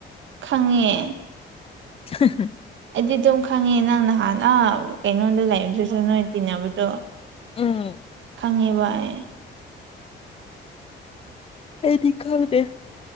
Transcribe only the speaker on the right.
ꯈꯪꯉꯦ
ꯑꯩꯗꯤ ꯑꯗꯨꯝ ꯈꯪꯉꯦ ꯅꯪ ꯅꯍꯥꯟ ꯑꯥ ꯀꯩꯅꯣꯗ ꯂꯩꯕꯗꯨꯁꯨ ꯅꯣꯏ ꯇꯤꯟꯅꯕꯗꯣ
ꯈꯪꯉꯦꯕ ꯑꯩ